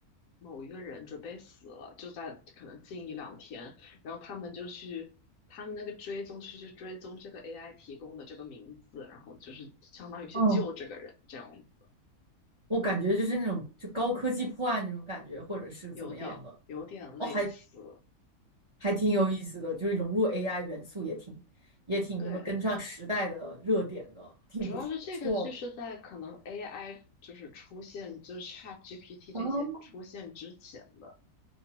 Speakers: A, on the left; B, on the right.
A: 某一个人准备死了，就在可能近一两天，然后他们就去，他们那个追踪就是去追踪这个 AI 提供的这个名字，然后就是相当于去救这个人，
B: 嗯，
A: 这样子，
B: 我感觉就是那种就高科技破案那种感觉，或者是怎么样的？
A: 有点有点类似，
B: 哦，还还挺有意思的，就是融入 AI 元素也挺也挺那么跟上时代的热点的，
A: 对。
B: 挺不错的。
A: 主要是这个剧是在可能 AI 就是出现，就是 ChatGPT
B: 哦，
A: 这些出现之前的，